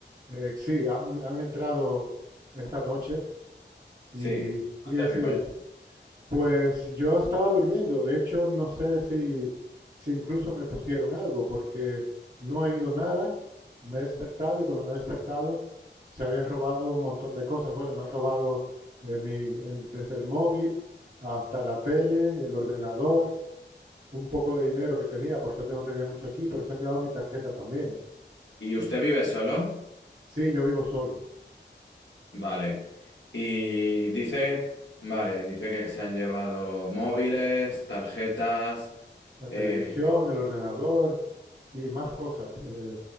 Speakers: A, on the right; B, on the left.
A: eh, sí, han, han entrado esta noche
B: Sí,
A: y,
B: cuéntame,
A: y he sido
B: cuéntame.
A: yo. Pues yo estaba durmiendo, de hecho no sé si, si incluso me pusieron algo, porque no he ido nada, me he despertado y cuando me he despertado se habían robado un montón de cosas. Bueno, me han robado eh, mi- el- desde el móvil hasta la tele, el ordenador, un poco de dinero que tenía, por suerte no tenía mucho aquí, pero se han llevado mi tarjeta también.
B: ¿Y usted vive solo?
A: Sí, yo vivo solo,
B: Vale. Y dice, vale, dice que se han llevado móviles, tarjetas.
A: la
B: eh,
A: televisión, el ordenador, y más cosas. eh,